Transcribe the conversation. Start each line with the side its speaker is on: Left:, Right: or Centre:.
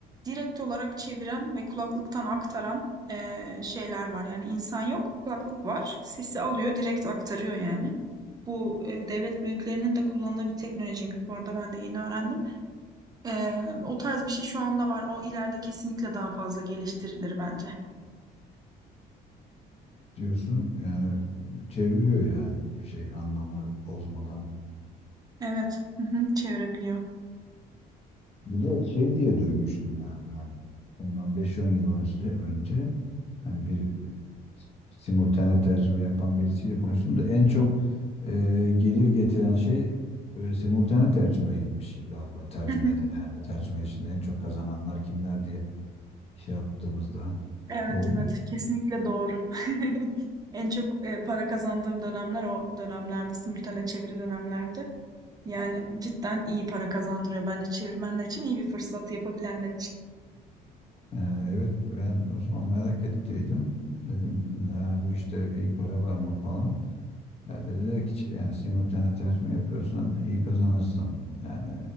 Right: direkt olarak çeviren ve kulaklıktan aktaran e, şeyler var. Yani insan yok, kulaklık var. Sesi alıyor, direkt aktarıyor yani. Bu e, devlet büyüklerinin de kullandığı bir teknolojiymiş bu arada ben de yeni öğrendim. E, o tarz bir şey şu anda var. O ileride kesinlikle daha fazla geliştirilir bence.
Left: diyorsun yani çeviriyor yani bir şey anlamı bozmadan
Right: Evet, hı hı, çevirebiliyor.
Left: Bir de şey diye duymuştum yani ben ondan beş 10 yıl önce, önce hani bir simultane tercüme yapan birisiyle konuştum da en çok e, gelir getiren şey e, simultane tercümeymiş galiba tercümede
Right: <laughs>
Left: yani tercüme işinde en çok kazananlar kimler diye şey yaptığımızda
Right: Evet
Left: doğru
Right: evet
Left: mu?
Right: kesinlikle doğru. <laughs> En çok e, para kazandığım dönemler o dönemlerdi, simültane çeviri dönemlerdi. Yani cidden iyi para kazandırıyor bence çevirmenler için, iyi bir fırsat yapabilenler için.
Left: Yani evet ben o zaman merak ettiydim dedim yani bu işte iyi para var mı falan Ya dediler ki yani simultane tercüme yapıyorsan iyi kazanırsın. Yani